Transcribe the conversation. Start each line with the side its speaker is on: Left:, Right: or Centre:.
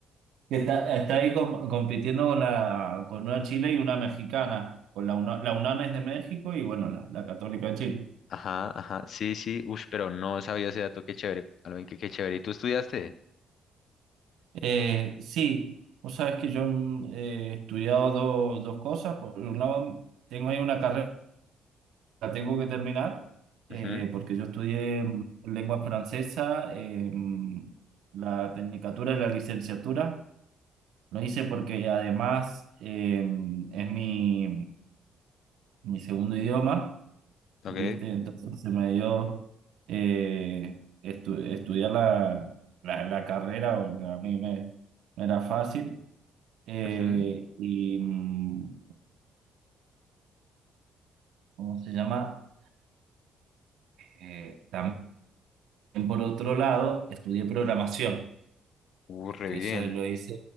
Right: que está, está ahí com- compitiendo con, la, con una Chile y una mexicana. Con la, UNA- la UNAM es de México y bueno, la, la Católica de Chile.
Left: Ajá, ajá, sí, sí, uff, pero no sabía ese dato, qué chévere, Alvin, qué, qué chévere, ¿y tú estudiaste?
Right: Eh, sí, vos sabés que yo mm, eh, he estudiado do- dos cosas. Por un lado, tengo ahí una carrera que tengo que terminar,
Left: Ujú,
Right: eh, porque yo estudié mm, lengua francesa, eh, mm, la tecnicatura y la licenciatura. Lo hice porque además eh, es mi, mi segundo idioma.
Left: ok,
Right: ¿viste? Entonces se me dio eh, estu- estudiar la, la, la carrera, o sea, a mí me, me era fácil, eh,
Left: ujú,
Right: y mm, ¿cómo se llama? Eh, también por otro lado, estudié programación.
Left: uh, re
Right: que
Left: bien,
Right: eso lo hice,